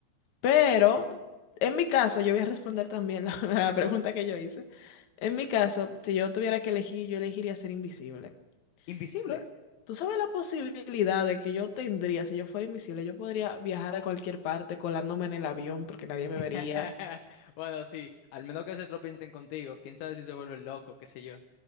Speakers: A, on the left (about 65°); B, on the left (about 90°).
A: Pero, en mi caso, yo voy a responder también la, <laughs> la pregunta que yo hice. En mi caso, si yo tuviera que elegir, yo elegiría ser invisible.
B: Invisible.
A: ¿Tú sa- tú sabes la posibilidad de que yo tendría, si yo fuera invisible, yo podría viajar a cualquier parte colándome en el avión porque nadie me
B: <laughs>
A: vería?
B: Bueno, sí, al menos que se tropiecen contigo, quién sabe si se vuelve loco, qué sé yo.